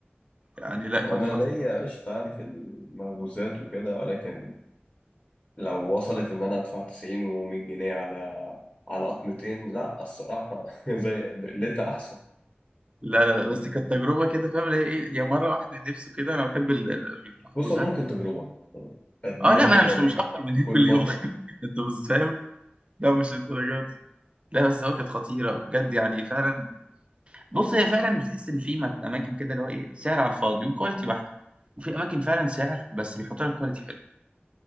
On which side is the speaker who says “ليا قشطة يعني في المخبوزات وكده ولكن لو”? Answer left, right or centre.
Left